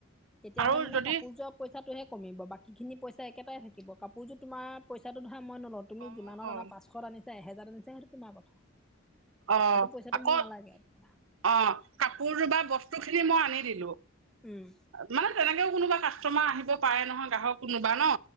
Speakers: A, in the centre; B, on the right.
A: তেতিয়াহ'লে
B: আৰু
A: মানে
B: যদি
A: কাপোৰযোৱা পইচাটোহে কমিব বাকীখিনি পইচা একেটাই থাকিব কাপোৰ সোৰো তোমাৰইচাটো ধৰা মই নলওঁ তুমি
B: অ',
A: যিমানত অনা পাঁচখনত আনিছা এহেজাৰান যিহেতু তোমাৰ কথা
B: অ
A: পইচাটো
B: আকৌ
A: মোক নালাগে আৰু তেতিয়া
B: অ কাপোৰ বা বস্তু খিনি মই আনি দিলো
A: উম,
B: মানে তেনেকেও কোনোবা কাষ্টমাৰ আহিব পাৰে নহয় গ্ৰাহক কোনোবা ন